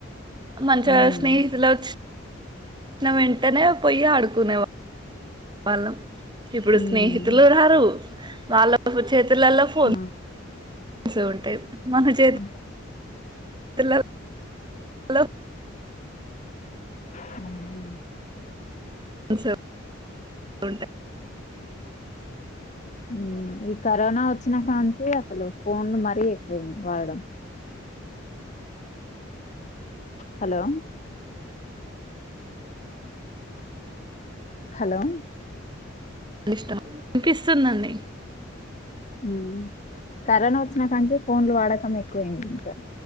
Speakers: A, on the right; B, on the left.
A: మంచిగా
B: ఉమ్
A: స్నేహితులు వచ్ నౌ వెంటనే పోయి ఆడుకునేవా వాళ్ళం ఇప్పుడు
B: ఉమ్
A: స్నేహితులు రారు వాళ్లకు చే తులల్ల ఫోన్
B: ఆ
A: సే ఉంటాయి మనచేత్
B: ఆ,
A: తుల లో
B: ఆ.
A: అసల్ ఉంటాయ్
B: ఊ ఈ కరోనా వచ్చినా కాడ నుంచి అసలు ఫోన్లు మరీ ఎక్కువ అయింది వాడడం హలో హలో
A: డిస్టర్బ్ అనిపిస్తుందండి
B: ఉ కరోనా వచ్చినా కాడ నుంచి ఫోన్లు వాడకం ఎక్కువైంది ఇంకా